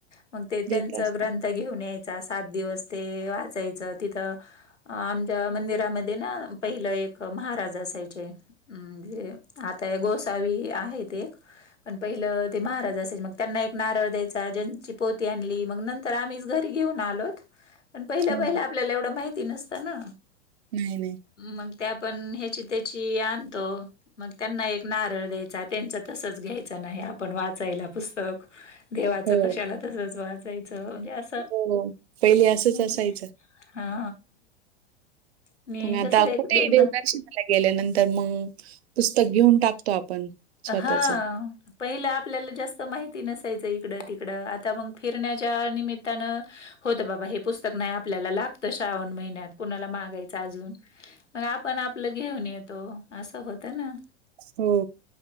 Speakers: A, on the left; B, on the right.
A: मग ते
B: देत
A: त्यांच
B: असतात
A: ग्रंथ थ घेऊन यायचा, सात दिवस ते वाचायचं तिथं आमच्या मंदिर रा मध्ये ना पहिलं एक महाराज असायचे अं म म्हणजे आता हे गोसावी आहेत एक पण पहिलं ते महाराज असायचे मग त्यांना एक नारळ द्यायचा, ज्यांची पोथी आणली मग नं तर आम्हीच घरी घेऊन आलोत. पण पहिल्या
B: हो
A: पहिल्या आपल्याला एवढं माहिती नसतं ना.
B: नाही नाही.
A: मग ते आपण ह्याची त्याची आणतो. मग त्यांना एक नारळ द्यायचा, त्यांच तसंच घ्यायचं नाही आपण वाचायला पुस्तक. देवाचं
B: हो
A: कशाला तसंच वाचायचं म्हणजे असं
B: हो पहिले असंच
A: म्हणजे
B: असायचं
A: हा. आणि
B: पण आता
A: कसं एक
B: कुठेही
A: एकदम
B: देवदर्शनाला गेल्यानंतर मंग, पुस्तक घेऊन टाकतो आपण. स्वतःच.
A: हा. पहिलं आपल्याला जास्त माहिती नसायचं इकडं-तिकडं, आता मग फिरण्याच्या निमित्तानं. होतं बाबा, हे पुस्तक नाही आपल्याला लागत. श्रावण महिन्यात कुणाला माग. बघायचं अजून, मग आपण आपलं घेऊन येतो. असं होतं ना?
B: हो.